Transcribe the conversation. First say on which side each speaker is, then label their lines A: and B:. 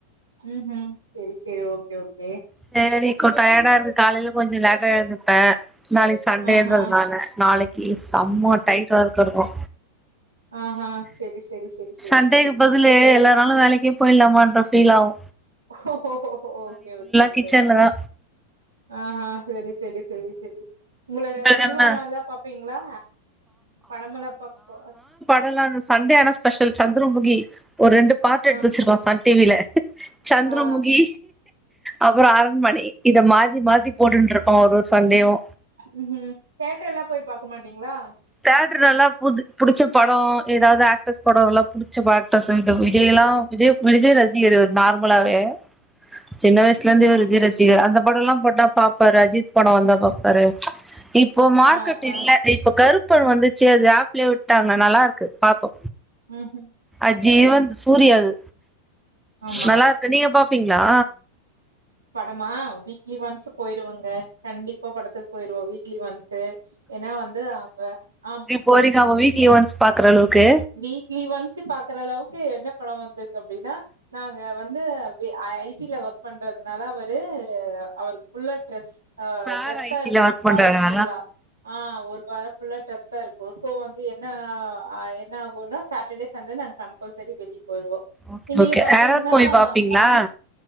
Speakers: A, on the right (about 80°); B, in the centre.
A: ம் ஹும் செரி செரி ஓகே ஓகே
B: சேரி இக்கோ டயர்டா இருக்கு காலையில கொஞ்சொ லேட்டா எழுந்துப்ப நாளைக்கி சண்டேன்றதுனால
A: ஆஹா
B: நாளைக்கி செம்ம டைட்டா ஒர்க் இருக்கூ
A: ஆ ஹா செரி செரி செரி செரி
B: சன்டேக்கு
A: செரி
B: பதிலு எல்லா நாலு வேலைக்கே போய்லாமான்ற ஃபீல் ஆவு
A: ஒஹோ ஹோ ஹோ ஹோ ஓகே ஓகே ஓகே
B: கிச்சன்ல தா
A: ஆஹா செரி செரி செரி செரி உங்களுகு
B: உங்களுக்கு
A: சினிமா
B: என்ன
A: மால்லா பாப்பீங்ளா படமல்லா பாப் போ
B: ல்ல நானு சண்டே ஆனா ஸ்பெஷல் சந்திரமுகி ஒரு ரெண்டு பார்டு எடுத்து
A: ஆ
B: வச்சிருக்கோ சன் டி வில சந்தரமுகி
A: ஆ
B: அப்பறொ அரண்மனை இத மாத்தி மாத்தி போட்டுன்ருப்போ ஒரு ஒரு சண்டேவு
A: ம் ஹும் தேட்டர் எல்லாம் போய் பாக்கமாட்டீங்ளா
B: தேட்ருலல்லாம் புது புடிச்ச படொ ஏதாவ்து ஆக்ட்ரஸ் படொல்லா புடிச்ச ப ஆக்ட்ரஸு இந்த விஜயெல்லாம் விஜய விஜய் ரசிகர் இவர் நார்மலாவே சின்ன வயசுல இருந்து
A: ம்
B: இவர் விஜய் ரசிகர் அந்த படொல்லாம் போட்டாப் பாப்பாரு அஜித் படொ வந்தா பாப்பாரு இப்போ மார்க்கெட்
A: ஆ ஆ
B: இல்ல இப்ப கருப் பன் வந்துச்சு அது ஆப்லே விட்டாங்க நல்லா இருக்கு பாத்தோ
A: ம் ஹும்
B: அஜீவன்து சூரியாது
A: ஆமா
B: நல்லாருக்கு நீங்க பாப்பீங்ளா
A: படமா வீக்லி ஒன்ஸு போயிருவங்க கண்டிப்பா படத்துக்கு போயிருவோ வீக்லி ஒன்ஸ்ஸு ஏன்னா வந்து அவுங்க ஆம்
B: போரிங்காம வீக்லி ஒன்ஸ் பாக்குற அளவுக்கு
A: வீக்லி ஒன்ஸு பாக்குற அளவுக்கு என்ன படம் வந்திருக்கு அப்டின்னா நாங்க வந்து வே ஐ டி ல ஒர்க் பண்றதுனால அவரு அவருக்கு புல்லா ட்ரெஸ் ஆ
B: சார்
A: ட்ரெஸ்ஸா
B: ஐடில
A: இருக்கூ
B: ஒர்க்
A: ஒரு
B: பண்றாரா
A: வாரம் ஃபுல்லா ஆ, ஒரு வாரம் ஃபுல்லா ட்ரெஸ்ஸா இருக்கு சோ வந்து என்ன ஆ, என்ன ஆகுன்னா சாட்டர்டே, சண்டே நாங்க கம்பல்சரி வெளியே போய்டுவோ
B: ஓகே
A: இன்னைக்கு
B: ஓகே
A: பாத்தீங்கன்னா
B: எரர் மூவி பாப்பீங்களா
A: மார்னிங்,